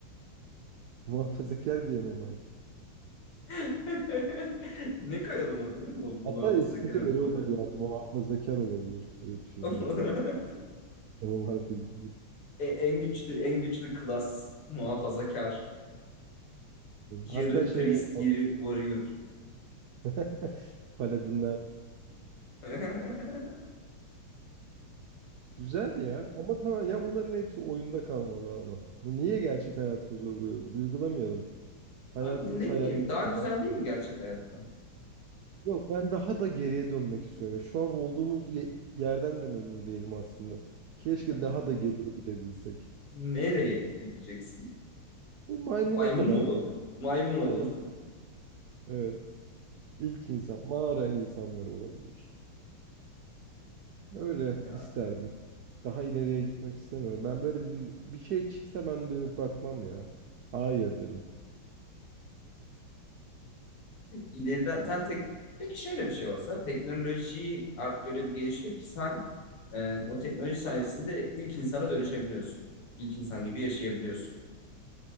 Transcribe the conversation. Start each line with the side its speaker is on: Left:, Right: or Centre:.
Right: Muhafazakar bir imam var
Left: <laughs> Ne koyalım adını mı bu
Right: Hatta
Left: muhafazakar
Right: ismi de
Left: MMORPG?
Right: öyle olur yani. Muhafazakar olabilir direkt şeyin
Left: <laughs>
Right: adı. Var pilli.
Left: E- En güçlü en güçlü klas muhafazakar. Yarı
Right: Hatta şey
Left: priest, yarı warrior.
Right: <laughs> Paladinler
Left: <laughs>
Right: güzeldi ya ama tamam ya bunların hepsi oyunda kalmalı ama. Niye gerçek hayatımızı uyguluyoruz? Uygulamayalım. Hayatımız
Left: Abi ne
Right: hayatımız.
Left: bileyim daha güzel
Right: olarak
Left: değil
Right: kalsın.
Left: mi gerçek hayattan?
Right: Yok ben daha da geriye dönmek istiyorum. Ya Şu an olduğumuz ye- yerden de memnun değilim aslında. Keşke
Left: <laughs>
Right: daha da geriye gidebilsek.
Left: Nereye gideceksin?
Right: Böyle Maymuna
Left: Maymun
Right: kadar
Left: mu olalım?
Right: falan.
Left: Maymun olalım.
Right: Aynen evet. İlk insan mağara insanları olabilir. Öyle
Left: <laughs> Ya
Right: isterdim. Daha ileriye gitmek istemiyorum. Ben böyle bir, bir şey çıksa ben dönüp bakmam ya. Hayır derim.
Left: ileriden sen tek Peki şöyle bir şey olsa teknoloji artık öyle bir gelişiyor ki sen e, o teknoloji sayesinde ilk insana dönüşebiliyorsun. İlk insan gibi yaşayabiliyorsun.